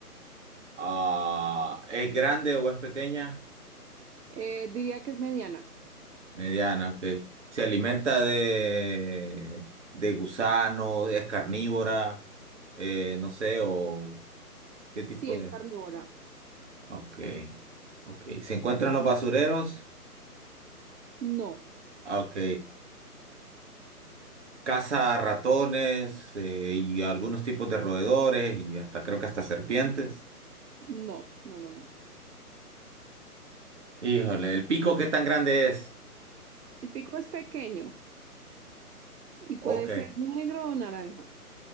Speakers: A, on the right; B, on the right.
A: Ah, ¿es grande o es pequeña?
B: Eh, diría que es mediana.
A: Mediana, ok. Se alimenta de, de gusanos, es carnívora, eh, no sé, o qué tipo
B: Sí, es
A: de...
B: carnívora.
A: Ok, ok. Se encuentra en los basureros,
B: No,
A: ah, ok. Caza ratones eh, y algunos tipos de roedores y hasta creo que hasta serpientes.
B: no, no, no, no.
A: Híjole, ¿el pico qué tan grande es?
B: El pico es pequeño. y
A: Ok,
B: puede ser negro o naranja.